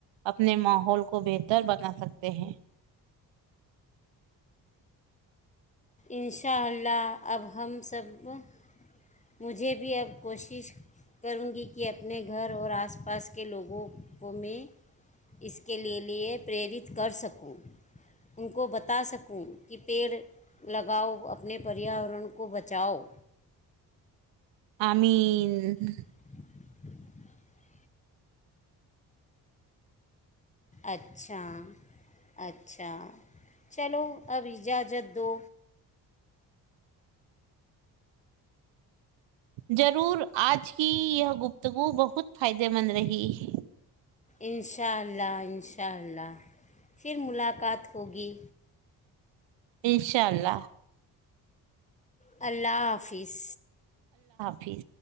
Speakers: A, on the right; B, on the left.
A: اپنے ماحول کو بہتر بنا سکتے ہیں
B: انشاءاللہ اب ہم <inaudible> مجھے بھی اب کوشش کروں گی کہ اپنے گھر اور آس پا آس پاس کے لوگوں میں اس کے لیے لیے پرییرت کر سکوں ان کو بتا سکوں کہ پیڑ لگاؤ اپنے پریاورن کو بچاؤ
A: یں
B: ہاں ہاں اچھا اچھا اچھا چلو اب اجازت دو
A: ضرور آج کی یہ گفتگو بہت فائدے مند رہی ہے
B: انشاء اللہ ان شاء اللہ پھر ملاقات ہوگی
A: انشاء اللہ
B: اللہ حافظ
A: فیس